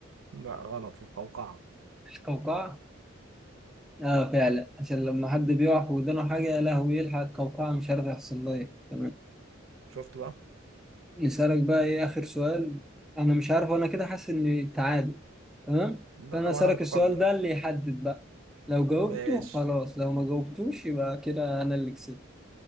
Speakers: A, on the right; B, in the centre.
A: لا غلط القوقعة
B: القوقعة اه فعلا عشان لما حد بيقع في ودانه حاجة يا لهوي يلحق القوقعة مش عارف يحصل لها ايه تمام
A: شفت بقى
B: نسألك بقى ايه آخر سؤال أنا مش عارف وأنا كده حاسس إني تعادل تمام
A: لا
B: فأنا
A: وانا
B: أسألك
A: متقدم
B: السؤال ده اللي يحدد بقى لو جاوبته
A: ماشي
B: خلاص لو ما جاوبتوش يبقى كده أنا اللي كسبت